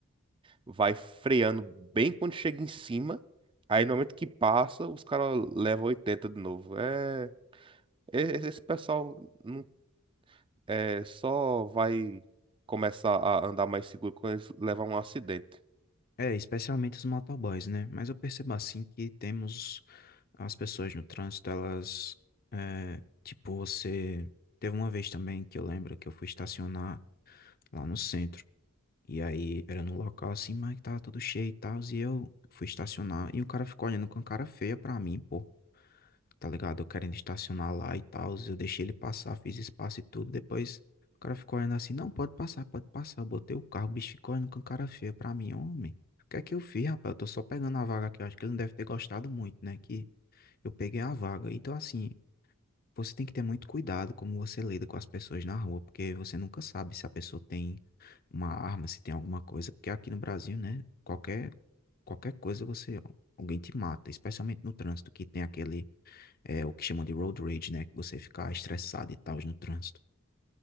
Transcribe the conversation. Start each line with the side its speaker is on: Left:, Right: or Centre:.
Right: vai freando bem quando chega em cima. Aí no momento que passa, os caras levam 80 de novo. É, e- esse pessoal não é, só vai começar a andar mais seguro quando eles levar um acidente.
Left: É, especialmente os motoboys, né? Mas eu percebo assim que temos as pessoas no trânsito, elas. é, tipo, você. Teve uma vez também que eu lembro que eu fui estacionar lá no centro. E aí era no local assim, mas que tava tudo cheio e tal. E eu fui estacionar e o cara ficou olhando com cara feia pra mim, pô. tá ligado? Eu querendo estacionar lá e tal. Eu deixei ele passar, fiz espaço e tudo. Depois o cara ficou olhando assim: não, pode passar, pode passar. Eu botei o carro, o bicho ficou olhando com cara feia pra mim, homem. O que é que eu fiz, rapaz? Eu tô só pegando a vaga aqui. Eu acho que ele não deve ter gostado muito, né? Que eu peguei a vaga. Então, assim, você tem que ter muito cuidado como você lida com as pessoas na rua, porque você nunca sabe se a pessoa tem uma arma, se tem alguma coisa. Porque aqui no Brasil, né? Qualquer, qualquer coisa você. Alguém te mata, especialmente no trânsito, que tem aquele é o que chamam de road rage, né? Que você ficar estressado e tal no trânsito.